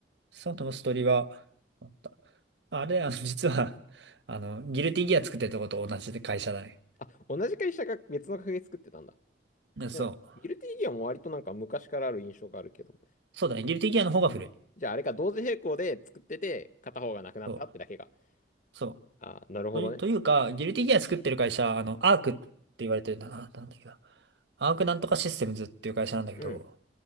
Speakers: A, on the right; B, on the left.
A: その後のストーリーは、あった。あれ、あの、<laughs> 実は、あの、ギルティギア作ってるとこと同じで会社だね。
B: あ、同じ会社が別の会社作ってたんだ。
A: でそう。
B: ね、ギルティギアも割となんか昔からある印象があるけど。
A: そうだね、ギルティギアの方が古い。
B: じゃああれか、同時並行で作ってて、片方がなくなったってだけが。
A: そう。そ
B: あ、なるほどね。
A: う。という、というか、ギルティギア作ってる会社、あの、アークって言われてるんだな、なんだっけな。アークなんとかシステムズっていう会社なんだけど、
B: うん。